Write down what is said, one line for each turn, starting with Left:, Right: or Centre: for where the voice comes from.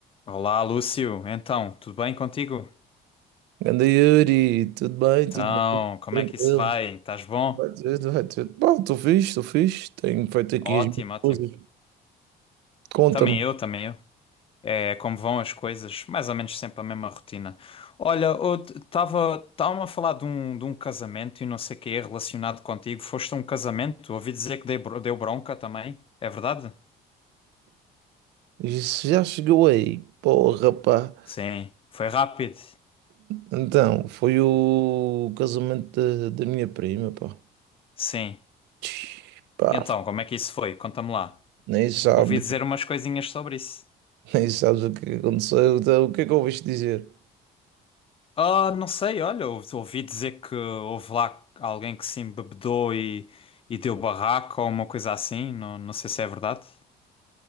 Left: Olá, Lúcio. Então, tudo bem contigo?
Right: Ganda Yuri, tudo bem,
Left: Então,
Right: tudo bem,
Left: como
Right: tranquilo.
Left: é que isso vai? Estás bom?
Right: Vai tudo, vai tudo. Pá, estou fixe, estou fixe. Tenho feito aqui
Left: Ótimo,
Right: as minhas
Left: ótimo.
Right: coisas. Conta-me,
Left: Também eu, também eu. É como vão as coisas, mais ou menos sempre a mesma rotina. Olha, eu estava estava a falar de um, de um casamento e não sei o que é relacionado contigo. Foste a um casamento? Ouvi dizer que dei bro- deu bronca também. É verdade?
Right: isso já chegou aí? Porra, pá.
Left: Sim, foi rápido.
Right: Então, foi o casamento da, da minha prima, pá.
Left: Sim.
Right: Tch, Pá,
Left: E então, como é que isso foi? Conta-me lá.
Right: nem sabes,
Left: Ouvi dizer umas coisinhas sobre isso.
Right: <laughs> nem sabes o que aconteceu. Então, o que é que ouviste dizer?
Left: Ah, não sei, olha, ou- ouvi dizer que houve lá alguém que se embebedou e, e deu barraco ou uma coisa assim, não, não sei se é verdade.